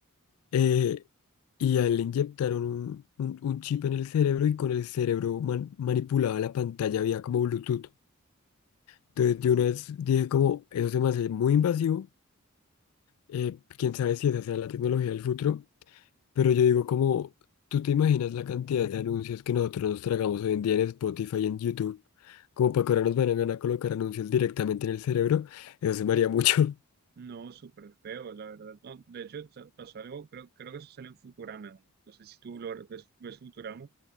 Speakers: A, on the left; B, on the right.
A: eh, y a él le inyectaron un, un- un chip en el cerebro y con el cerebro man- manipulaba la pantalla vía como Bluetooth. Entonces yo una vez dije como, eso se me hace muy invasivo, eh, quién sabe si esa será la tecnología del futuro, pero yo digo como, ¿tú te imaginas la cantidad de anuncios que nosotros nos tragamos hoy en día en Spotify y en YouTube? Como para que ahora nos vayan a colocar anuncios directamente en el cerebro, eso se me haría mucho. <laughs>
B: No, súper feo, la verdad. No, de hecho, sa- pasó algo, creo, creo que eso sale en Futurama. No No sé si tú lo ves, ves Futurama,